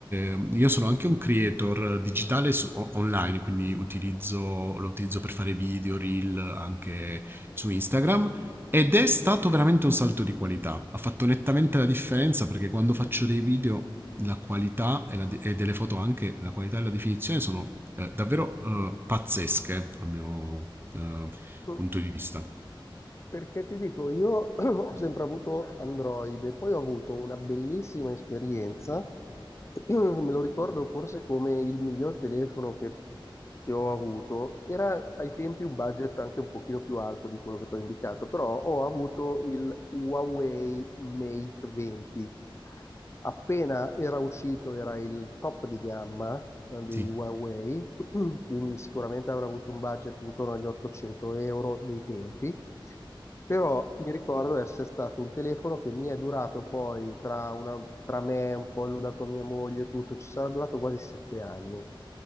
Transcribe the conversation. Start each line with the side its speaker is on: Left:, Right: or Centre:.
Right: eh, io sono anche un creator digitale su- o- online, quindi utilizzo- lo utilizzo per fare video, reel, anche su Instagram, ed è stato veramente un salto di qualità. Ha fatto nettamente la differenza perché quando faccio
Left: Mm,
Right: dei video la qualità e, la de- e delle foto anche, la qualità e la definizione sono eh, davvero eh, pazzesche, a mio eh,
Left: mm.
Right: punto di vista.
Left: Perché ti dico, io <clears throat> ho sempre avuto Android e poi ho avuto una bellissima esperienza, <clears throat> me lo ricordo forse come il miglior telefono che, che ho avuto, era ai tempi un budget anche un pochino più alto di quello che ti ho indicato, però ho avuto il Huawei Mate 20 appena era uscito era il top di gamma eh, di
Right: Sì.
Left: Huawei, <clears throat> quindi sicuramente avrà avuto un budget intorno agli 800 euro dei tempi, però mi ricordo essere stato un telefono che mi è durato poi tra, una- tra me, un po' l'ho dato a mia moglie e tutto, ci sarà durato quasi sette anni